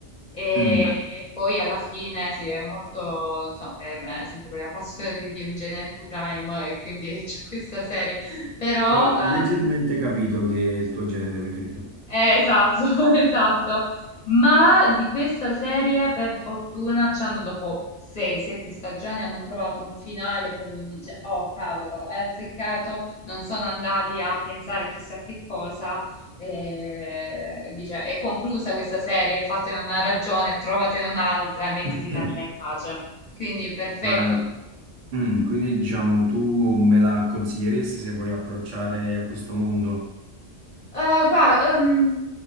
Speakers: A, on the left (about 40°); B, on the right (about 85°).
A: e
B: Mm, mm.
A: poi alla fine sì, è molto, non so, è, è sempre per la passione di, di un genere true crime e quindi <laughs> c'è questa serie. Però
B: L'ho
A: eh,
B: leggermente capito che è il tuo genere preferito.
A: eh, esatto, <laughs> esatto. Ma di questa serie, per fortuna, ci hanno, dopo 6-7 stagioni, hanno trovato un finale che uno dice, oh cavolo, è azzeccato, non sono andati a pensare chissà che cosa. eh, dice, è conclusa questa serie, fatene una ragione, trovatene un'altra, mettiti
B: <laughs>
A: l'anima in pace. Quindi perfetto,
B: Ma Mm, quindi diciamo tu me la consiglieresti se voglio approcciare a questo mondo?
A: Eh, guarda, ehm,